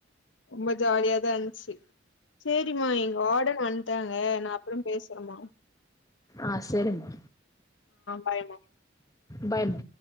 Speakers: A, on the left (about 75°); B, on the left (about 20°).
A: ரொம்ப ஜாலியாதன் ச்சி சேரிம்மா எங்க வாடன் வன்ட்டாங்க நா அப்புரோ பேசறேம்மா
B: ஆ செரிமா
A: பாய்ம்மா.
B: பாய் மா